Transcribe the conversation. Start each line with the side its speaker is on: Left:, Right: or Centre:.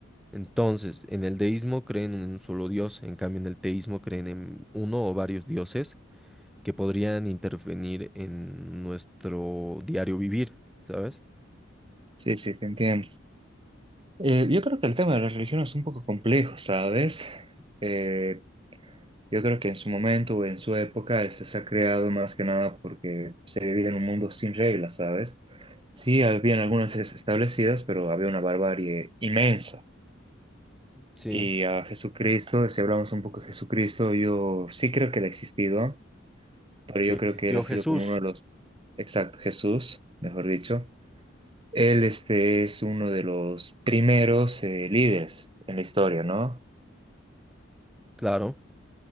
Centre: Entonces, en el deísmo creen en un solo dios, en cambio en el teísmo creen en uno o varios dioses que podrían intervenir en nuestro diario vivir, ¿sabes?
Right: Sí, sí, te entiendo. Eh, yo creo que el tema de la religión es un poco complejo, ¿sabes? Eh, yo creo que en su momento o en su época este se ha creado más que nada porque se vivía en un mundo sin reglas, ¿sabes? Sí, habían algunas leyes establecidas, pero había una barbarie inmensa.
Centre: Sí,
Right: Y a Jesucristo, si hablamos un poco de Jesucristo, yo sí creo que él ha existido, pero yo
Centre: que existió
Right: creo que él ha
Centre: Jesús,
Right: sido como uno de los, exacto, Jesús, mejor dicho. Él este, es uno de los primeros eh, líderes en la historia, ¿no?
Centre: claro.